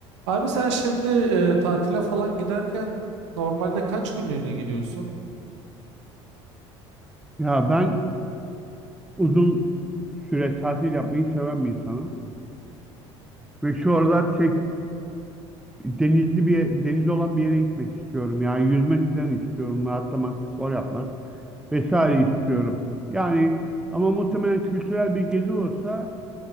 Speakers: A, on the right; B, in the centre.
A: Abi sen şimdi e, tatile falan giderken normalde kaç günlüğüne gidiyorsun?
B: Ya ben uzun süre tatil yapmayı seven bir insanım. Ve şu aralar çek, denizli bir ye- deniz olan bir yere gitmek istiyorum. Yani yüzmek falan istiyorum. Rahatlamak, spor yapmak vesaire
A: Hmm,
B: istiyorum. Yani ama muhtemelen kültürel bir gezi olsa